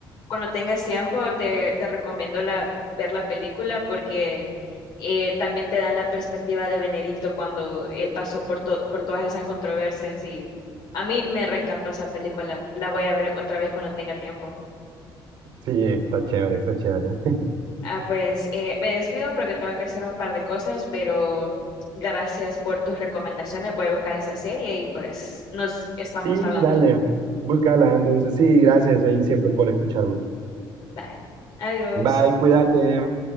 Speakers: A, on the left; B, on the right.
A: cuando, tengas tiempo, te, te recomiendo la, ver la película porque eh, también te dan la perspectiva de Benedicto cuando él pasó por, to- por todas esas controversias y a mí me reencantó esa película. La voy a ver otra vez cuando tenga tiempo.
B: Sí, está chévere, está chévere. <laughs>
A: Ah, pues eh, me despido porque tengo que hacer un par de cosas, pero gracias por tus recomendaciones. Voy a buscar esa serie y pues nos estamos
B: Sí,
A: hablando.
B: dale, búscala entonces. Sí, gracias ahí siempre por escucharme.
A: Bye. Adiós.
B: Bye, cuídate.